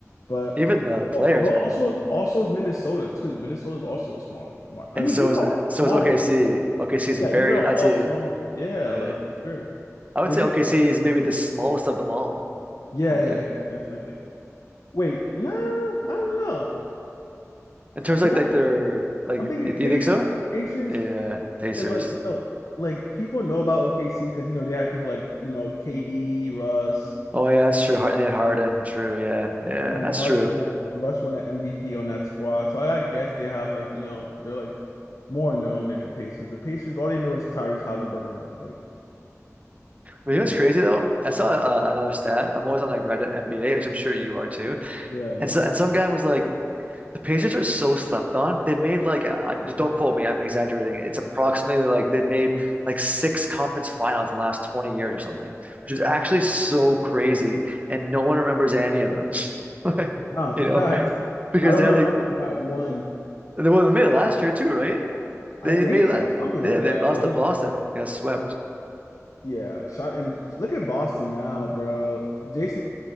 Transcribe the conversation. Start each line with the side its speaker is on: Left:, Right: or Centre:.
Left: but
Right: even the
Left: also,
Right: players,
Left: but
Right: man.
Left: also also is Minnesota too. Minnesota is also a small market.
Right: And
Left: I mean,
Right: so
Left: these
Right: is
Left: are all
Right: so
Left: small
Right: is OKC.
Left: market.
Right: OKC is
Left: Yeah,
Right: very,
Left: these are all
Right: I'd say,
Left: small. Yeah,
Right: yeah,
Left: like for sure.
Right: I would
Left: They're
Right: say
Left: just
Right: OKC is maybe the smallest of them all
Left: yeah,
Right: market
Left: yeah, yeah, definitely. Wait, nah, I don't know.
Right: in terms
Left: Because
Right: of like,
Left: I'm
Right: like their like.
Left: I'm thinking
Right: Do
Left: Pacers.
Right: you think so?
Left: 'cause Pacers,
Right: Yeah, Pacers.
Left: because like you know, like people know about OKC because you know they had people like you know KD, Russ,
Right: Oh yeah, that's true. Hard
Left: um,
Right: and had Harden.
Left: and
Right: True. Yeah, yeah,
Left: then
Right: that's
Left: Russ
Right: true.
Left: won a Russ won an MVP on that squad. So I, I guess they have like you know they're like more known than the Pacers. The Pacers, all they know is Tyrese Halliburton. Like
Right: But you know
Left: yeah,
Right: what's crazy though? I saw uh, another stat. I'm always on like Reddit NBA, which I'm sure you are too.
Left: yeah, yeah.
Right: And so and some guy was like, The Pacers are so slept on. They've made like I, don't quote me, I'm exaggerating. It's approximately like they've made like six conference finals in the last 20 years or something, which is actually so crazy. And no one remembers any of them. <laughs> Like,
Left: Nah,
Right: you
Left: <laughs> facts.
Right: know, because
Left: I don't
Right: they
Left: remember
Right: had like
Left: that one.
Right: they, well, they made it last year too, right?
Left: I
Right: They
Left: think
Right: made that
Left: so, something
Right: yeah,
Left: like
Right: they
Left: that.
Right: lost
Left: But
Right: to
Left: it was
Right: Boston.
Left: just like
Right: They got swept.
Left: Yeah, shot and look at Boston now, bro. Jason